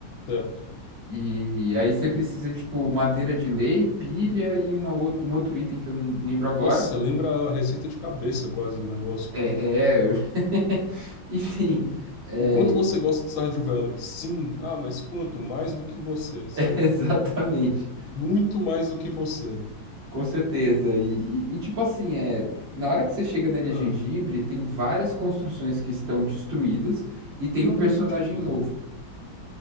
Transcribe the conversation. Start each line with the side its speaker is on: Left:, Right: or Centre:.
Left: Certo.
Right: E aí você precisa, tipo, madeira de lei, pilha e uma out um outro item que eu não lembro agora.
Left: Nossa, você lembra a receita de cabeça quase do negócio,
Right: É,
Left: cara.
Right: é, eu- <laughs> enfim, é,
Left: O quanto você gosta de Stardew Valley? Sim. Ah, mas quanto? Mais do que você, sabe?
Right: <laughs> exatamente,
Left: Muito mais do que você.
Right: com certeza. E, e- e, tipo assim, é, na hora que você chega na Ilha
Left: Ah,
Right: Gengibre, tem várias construções que estão destruídas e tem
Left: que nome
Right: um personagem
Left: bonitinho, inclusive.
Right: novo.